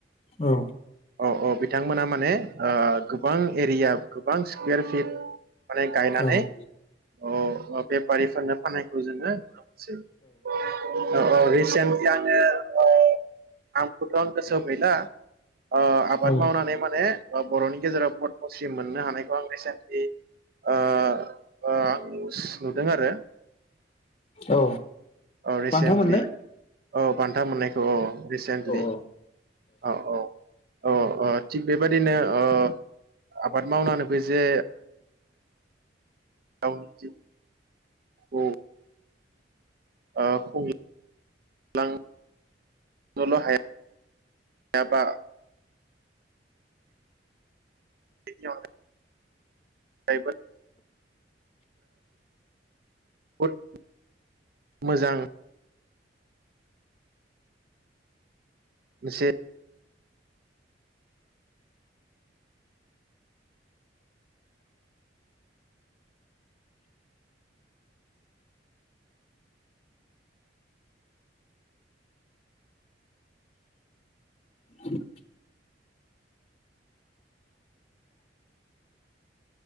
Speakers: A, on the left; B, on the right.
A: औ
B: औ औ बिथांमोना माने ओ गोबां एरिया गोबां स्कुवेर लि माने गायनानै
A: औ
B: अ बेब पारिफोरनो फानायखौ जोङो सै औ औ रिसेन्टलि आङो ओ नामखौथ' आं गोसोआव गैला। ओ आबाद
A: औ
B: मावनानै माने ओ बर'नि गेजेराव पदमस्रि मोननो हानायखौ आं रिसेन्टलि ओ ओ निउस नुदों आरो
A: औ
B: औ रिसेन्टलि
A: बान्था मोननो
B: औ बान्था मोननायखौ औ रिसेन्टलि
A: औ औ
B: औ औ अ अ थिग बेबदिनो अ आबाद मावनानै बे जे औ जि औ ओ खुं <unintelligible> हायाबा <unintelligible> <unintelligible> <unintelligible> मोजां बेसे
A: <inaudible>